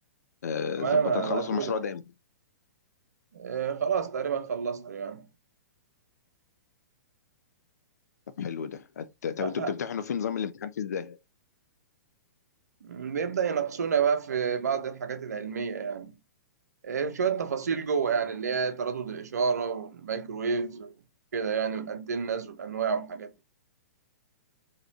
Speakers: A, on the left (about 75°); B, on the right (about 70°).
A: آه،
B: تمام
A: ظبط
B: ابعته
A: هتخلصوا المشروع
B: لك
A: ده امتى
B: آه، خلاص تقريبا خلصته يعني
A: طب حلو ده هت- طب
B: آه، آه.
A: انتوا بتمتحنوا في نظام الامتحان فيه ازاي
B: بيبدأ يناقشونا بقى في بعض الحاجات العلمية يعني آه، شوية تفاصيل جوه يعني اللي هي تردد الإشارة والمايكرويفز وكده يعني والأنتنز والأنواع والحاجات دي